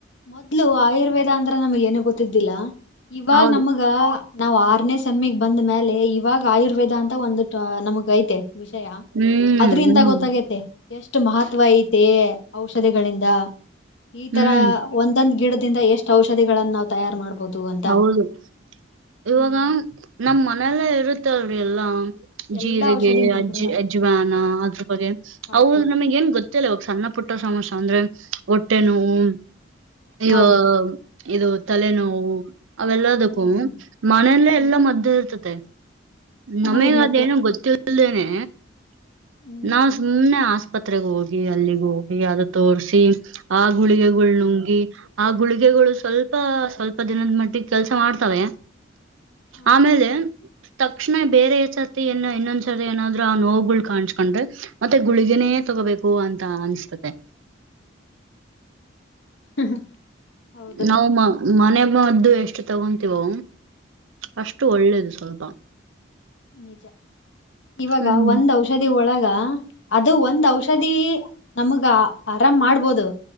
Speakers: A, on the left (about 65°); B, on the right (about 75°).
A: ಮೊದ್ಲು ಆಯುರ್ವೇದ ಅಂದ್ರ ನಮಗ ಏನು ಗೊತ್ತಿದ್ದಿಲ್ಲಾ ಇವಾಗ
B: ಹೌದು
A: ನಮಗ ನಾವ್ ಆರನೇ ಸಮ್ಮಿಗ್ ಬಂದ ಮ್ಯಾಲೆ ಇವಾಗ ಆಯುರ್ವೇದ ಅಂತ ಒಂದು ಟಾ ನಮ್ಗ ಐತ್ ವಿಷಯ
B: ಹ್ಮ್
A: ಅದ್ರಿಂದ
B: ಹ್ಮ್
A: ಗೊತ್ತಾಗೆತಿ. ಎಷ್ಟ ಮಹತ್ವ ಆಯ್ತೇ ಔಷಧಿಗಳಿಂದ ಈ
B: ಹ್ಮ್
A: ತರಾ ಒಂದೊಂದ್ ಗಿಡದಿಂದ ಎಷ್ಟು ಔಷಧಿಗಳನ್ನ ನಾವು ತಯಾರ್ ಮಾಡ್ಬೋದು ಅಂತ
B: ಹೌದು
A: ಹ್ಮ್
B: ಇವಾಗ ನಮ್ ಮನೆಲೆ ಇರುತಲ್ರಿ ಎಲ್ಲಾ.
A: ಎಲ್ಲಾ
B: ಜೀರಿಗೆ
A: ಔಷಧಿ ಮರಗಳ
B: ಅಜ್ ಅಜ್ವಾನಾ ಅದ್ರ ಬಗ್ಗೆ
A: ಹೌದು
B: ಅವು ನಮಗ್ ಏನ್ ಗೊತ್ ಲಾ ಈವಾಗ ಸಣ್ಣ ಪುಟ್ಟ ಸಮಸ್ಯೆ ಅಂದ್ರೆ ಹೊಟ್ಟೆ ನೋವು ಇವ
A: ಹೌದು
B: ಇದು ತಲೆನೋವು ಅವೆಲ್ಲದಕ್ಕೂ
A: ಹ್ಮ್
B: ಮನೆಲೆ
A: ಹ್ಮ್
B: ಎಲ್ಲಾ ಮದ್ದು ಇರ್ತದೆ. ನಮಗ
A: ಹೌದ್ ಮತ್ತೆ
B: ಅದೇನು ಗೊತ್ತಿಲ್ದೇನೆ
A: ಹ್ಮ್
B: ನಾವು ಸುಮ್ನೆ ಆಸ್ಪತ್ರೆಗೆ ಹೋಗಿ ಅಲ್ಲಿಗೆ ಹೋಗಿ ಅದು ತೋರ್ಸಿ ಆ ಗುಳಿಗೆಗಳನ ನುಂಗಿ ಆ ಗುಳಿಗೆಗಳು ಸ್ವಲ್ಪ ಸ್ವಲ್ಪ ದಿನದ ಮಟ್ಟಿಗೆ ಕೆಲ್ಸಾ ಮಾಡ್ತವೆ.
A: ಹಾ
B: ಆಮೇಲೆ ತಕ್ಷಣ ಬೇರೆ ಸರತಿ ಇನ್ನೂ ಇನೊಂದ್ ಸರತಿ ಏನಾದ್ರು ಆ ನೋವುಗಳು ಕಾಣಸ್ಕೊಂಡ್ರೆ ಮತ್ತೆ ಗುಳಿಗೆನೆ ಅದನ್ನೇ
A: ಹ್ಮ್
B: ತಗೋಬೇಕು ಅಂತ ಅನಿಸ್ತದೆ.
A: <unintelligible> ಹೌದು
B: ನಾವು ಮ ಮನೆ ಮದ್ದು ಎಷ್ಟು ತಗೊಂತೀವೋ ಅಷ್ಟು ಒಳ್ಳೇದು ಸ್ವಲ್ಪಾ.
A: ನಿಜಾ ಇವಾಗ
B: ಹ್ಮ್
A: ಒಂದ್ ಔಷದಿ ಔಷಧಿ ಒಳಗ ಅದು ಒಂದ್ ಔಷಧಿ ನಮಗ ಆರಾಮ್ ಮಾಡ್ಬೋದು